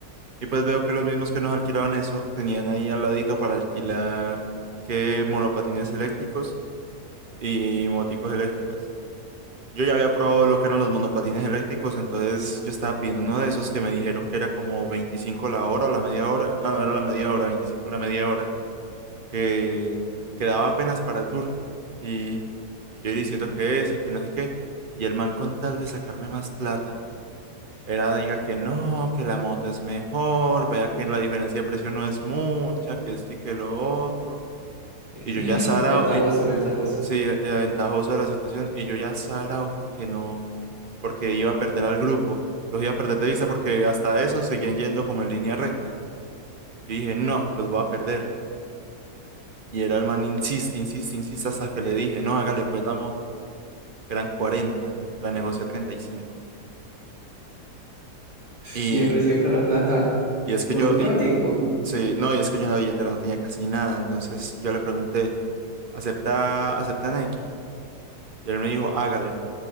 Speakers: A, on the right; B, on the right.
A: Y pues veo que los mismos que nos alquilaban eso tenían ahí al ladito para alquilar que monopatines eléctricos y moticos eléctricas. Yo ya había probado lo que eran los monopatines eléctricos, entonces yo estaba pidiendo uno de esos que me dijeron que era como 25 la hora o la media hora. Ah, no, era la media hora, 25 la media hora, que quedaba apenas para el tour. Y yo diciendo que ese, que no sé qué. Y el man con tal de sacarme más plata, era diga que no, que la moto es mejor, vea que la diferencia de precio no es mucha, que esto y que lo otro.
B: <laughs>
A: Y yo ya sarao,
B: Ventajoso,
A: eh,
B: ventajoso.
A: sí, eh, ventajoso de la situación, y yo ya sarao porque no porque iba a perder al grupo. Los iba a perder de vista porque hasta eso seguían yendo como en línea recta. Yo dije, no, los voy a perder. Y era el man insiste, insiste, insiste hasta que le dije, no, hágale pues la moto, que eran 40, la negocié a 35. Y,
B: Siempre,
A: cinco.
B: siempre la plata.
A: y y es que
B: ¿Por
A: yo,
B: un ratico?
A: y- sí, no, y es que yo en la billetera no tenía casi nada, entonces yo le pregunté, ¿acepta, acepta Nequi? Y él me dijo, hágale,